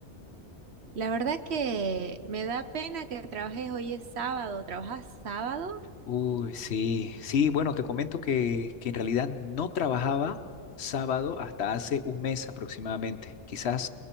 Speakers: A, on the right; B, on the left.
A: La verdad que me da pena que trabajes hoy es sábado. ¿Trabajas sábado?
B: Uy, sí, sí, bueno, te comento que, que en realidad no trabajaba sábado hasta hace un mes aproximadamente, quizás